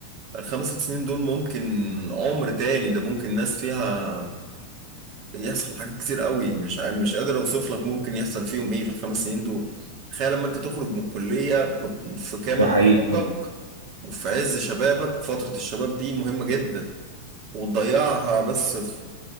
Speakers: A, on the right (about 40°); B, on the right (about 80°).
A: الخمس ست سنين دول ممكن عمر تاني ده ممكن ناس فيها يحصل حاجات كتير قوي مش ع- مش قادر اوصف لك ممكن يحصل فيهم ايه في الخمس سنين دول تخيل لما انت تخرج من الكلية ب- في كامل
B: ده حقيقي
A: نشاطك
B: يعني،
A: وفي عز شبابك فترة الشباب دي مهمة جدا وتضيعها بس في